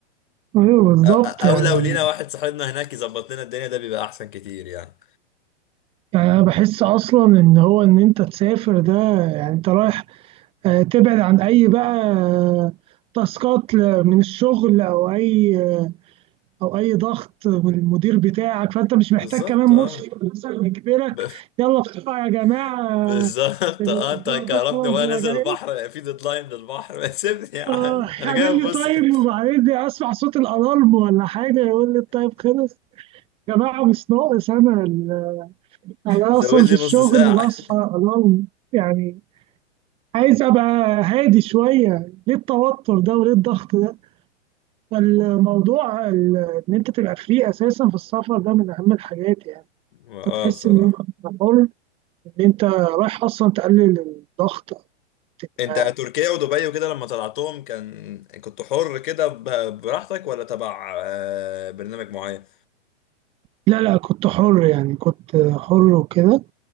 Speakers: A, on the right; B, on the left.
A: ايوه بالظبط
B: أو
A: يعني
B: أو لو لينا واحد صاحبنا هناك يظبط لنا الدنيا ده بيبقى أحسن كتير يعني
A: يعني انا بحس اصلا ان هو ان انت تسافر ده يعني انت رايح آه، تبعد عن اي بقى آه، تاسكات ل- من الشغل او اي آه، او اي ضغط والمدير بتاعك فانت مش
B: بالظبط
A: محتاج كمان مشرف
B: اه
A: مثلا يجبرك
B: ب...
A: يلا بسرعه يا جماعه
B: <laughs> بالظبط
A: الإذاعة
B: اه انت كهربني
A: تخلص وأنا
B: وانا نازل
A: جاي
B: البحر في ديدلاين للبحر <laughs> ما سيبني يا عم
A: آه،
B: انا
A: يعمل
B: جاي ابص
A: لي تايم
B: <laughs>
A: وبعدين اسمع صوت الالارم ولا حاجه يقول لي التايم خلص يا جماعه مش ناقص انا ال- انا
B: زود
A: اصلا
B: لي
A: في الشغل
B: نص ساعة
A: بصحى الارم يعني عايز ابقى هادي شويه ليه التوتر ده وليه الضغط ده فالموضوع ال- ان انت تبقى فري اساسا في السفر ده من اهم الحاجات يعني
B: اه
A: هتحس
B: بصراحة
A: ان انت حر ان انت رايح اصلا تقلل الضغط
B: انت
A: آه،
B: تركيا ودبي وكده لما طلعتهم كان كنت حر كده ب- براحتك ولا تبع آه، برنامج معين؟
A: لا لا كنت حر يعني كنت حر وكده